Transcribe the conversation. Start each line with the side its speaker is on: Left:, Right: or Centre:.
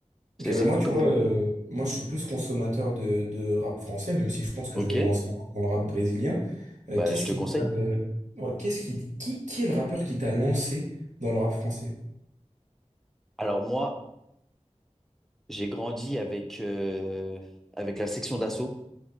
Right: Ok,
Centre: C'est
Right: ben
Centre: c'est
Right: moi,
Centre: fou
Right: tu
Centre: quand
Right: vois,
Centre: même.
Right: euh, moi, je suis plus consommateur de, de rap français, même si je pense que
Centre: Ok,
Right: je vais me lancer dans le rap brésilien. Euh,
Centre: bah
Right: qu'est-ce
Centre: je te
Right: qui,
Centre: conseille.
Right: t'a, euh, ouais, qu'est-ce qui, qui, qui est le rappeur qui t'a lancé dans le rap français?
Centre: Alors moi, j'ai grandi avec, euh, avec la section d'assaut.